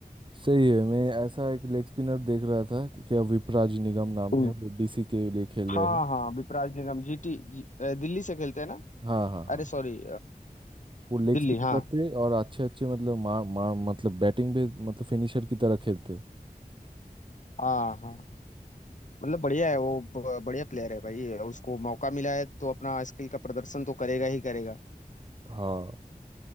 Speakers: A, on the right; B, on the left.
A: सही है मैं ऐसा एक लेग स्पिनर देख रहा था कि क्या विपराज निगम नाम
B: है
A: है वो डीसी के लिए खेल
B: हाँ
A: रहे हैं
B: हाँ विपराग निगम जीटी जी, अ, दिल्ली से खेलते हैं ना
A: हाँ हाँ हाँ
B: अरे सॉरी
A: वो लेग
B: दिल्ली
A: स्पिन
B: हाँ
A: करते और अच्छे अच्छे मतलब मार मार मतलब बैटिंग भी मतलब फिनिशर की तरह खेलते
B: हाँ हाँ मतलब बढ़िया है वो ब- बढ़िया प्लेयर है भाई उसको मौका मिला है तो अपना स्किल का प्रदर्शन तो करेगा ही करेगा
A: हाँ